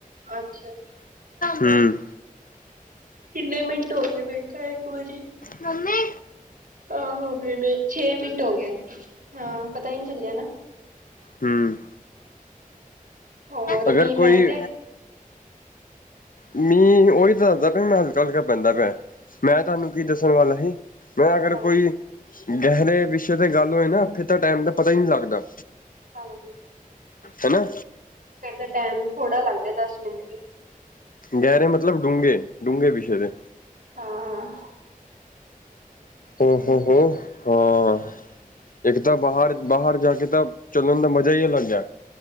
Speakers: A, on the right; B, on the left.
A: ਅੱਛਾ।
B: ਹਮ।
A: ਕਿੰਨੇ ਮਿੰਟ ਹੋ ਗਏ, ਵੇਖਾਂ ਇੱਕ ਵਾਰੀ
B: ਮੰਮੀ,
A: ਆਹ ਹੋ ਗ ਛੇ ਮਿੰਟ ਹੋ ਗਏ, ਹਾਂ ਪਤਾ ਹੀ ਨਹੀਂ ਚੱਲਿਆ ਨਾ
B: ਹਮ,
A: ਹੋਰ
B: ਅਗਰ
A: ਮੀਂਹ ਪੈਣ
B: ਕੋਈ
A: ਦਿਆ
B: ਮੀਂਹ ਉਹੀ ਦੱਸਦਾ ਪਿਆ ਮੈਂ, ਹਲਕਾ ਹਲਕਾ ਪੈਂਦਾ ਪਿਆ। ਮੈਂ ਤੁਹਾਨੂੰ ਕੀ ਦੱਸਣ ਵਾਲਾ ਸੀ, ਮੈਂ ਅਗਰ
A: ਹਾਂ
B: ਕੋਈ ਗਹਿਨੇ ਵਿਸ਼ੇ ਤੇ ਗੱਲ ਹੋਏ ਨਾ ਫਿਰ ਤਾਂ ਟਾਈਮ ਦਾ ਪਤਾ ਹੀ ਨਹੀਂ ਲੱਗਦਾ।
A: ਹਾਂ ਜੀ।
B: ਹਨਾ।
A: ਫਿਰ ਦਾ ਟਾਈਮ ਥੋੜ੍ਹਾ ਲੱਗਦਾ ਹ, ਦਸ ਮਿੰਟ ਵੀ।
B: ਗਹਿਰੇ ਮਤਲਬ, ਡੂੰਘੇ-ਡੂੰਘੇ ਵਿਸ਼ਯ ਦੇ।
A: ਹਾਂ ਹਾਂ ਹਾਂ।
B: ਹੋ ਹੋ ਹੋ ਹਾਂ, ਅ ਇੱਕ ਤਾਂ ਬਾਹਰ ਬਾਹਰ ਜਾ ਕੇ ਤਾਂ ਚੱਲਣ ਦਾ ਮਜ਼ਾ ਹੀ ਅਲੱਗ ਹੈ।